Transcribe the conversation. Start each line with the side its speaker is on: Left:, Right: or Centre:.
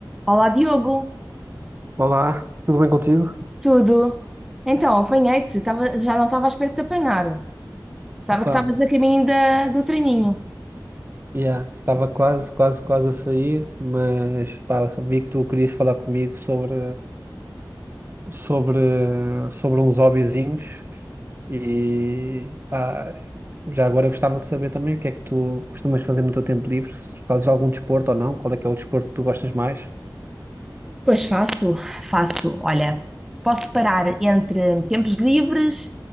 Centre: Olá, Diogo,
Right: Olá, tudo bem contigo?
Centre: tudo? Então, apanhei-te, Tava- já não estava à espera de te apanhar. Sabe
Right: Opa,
Centre: que estavas a caminho da- do treininho.
Right: yeah, estava quase, quase, quase a sair, mas pá, vi que tu querias falar comigo sobre, sobre, sobre uns hobbyzinhos e pá, já agora eu gostava de saber também o que é que tu costumas fazer no teu tempo livre, se fazes algum desporto ou não, qual é que é o desporto que tu gostas mais?
Centre: Pois faço, faço. Olha, posso parar entre tempos livres